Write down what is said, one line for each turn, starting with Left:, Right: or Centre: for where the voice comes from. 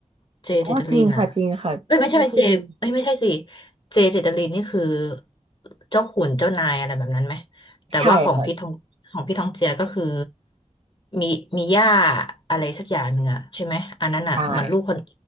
Left: เจเจตลินอ่ะ
Right: อ๋อจริงค่ะจริงค่ะพี่เพิ่งดู
Left: เอ้ยไม่ใช่ไม่เจเอ้ยไม่ใช่สิเจเจตลินนี่คือเจ้าขุนเจ้านายอะไรแบบนั้นไหมแต่ว่าของพี่ทองของพี่ทองเจียก็คือ
Right: ใช่ค่ะ
Left: มีมีย่าอะไรสักอย่างหนึ่งอะใช่ไหมอันนั้นอ่ะเหมือนลูกคน
Right: ใช่